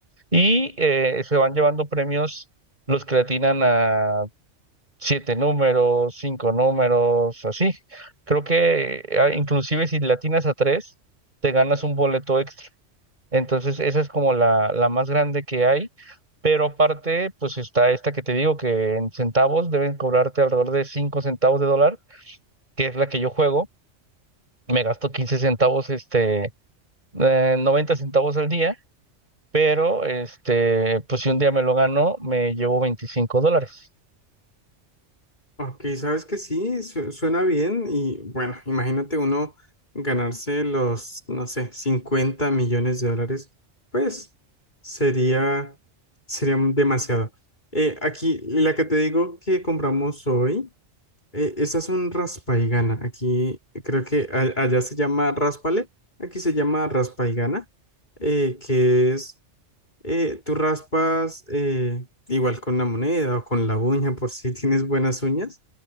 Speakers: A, on the right; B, on the left.
A: Y eh, se van llevando premios los que le atinan a siete números, cinco números, así. Creo que ah, inclusive si le atinas a tres, te ganas un boleto extra. Entonces, esa es como la, la más grande que hay. Pero aparte, pues está esta que te digo, que en centavos deben cobrarte alrededor de cinco centavos de dólar, que es la que yo juego me gasto 15 centavos, este, eh, 90 centavos al día, pero este, pues si un día me lo gano, me llevo 25 dólares.
B: Ok, sabes que sí, su- suena bien y bueno, imagínate uno ganarse los, no sé, 50 millones de dólares, pues sería, sería demasiado. Eh, aquí, la que te digo que compramos hoy, eh, esta es un raspa y gana. Aquí creo que a- allá se llama raspale, aquí se llama raspa y gana, eh, que es eh, tú raspas eh, igual con una moneda o con la uña por si <laughs> tienes buenas uñas.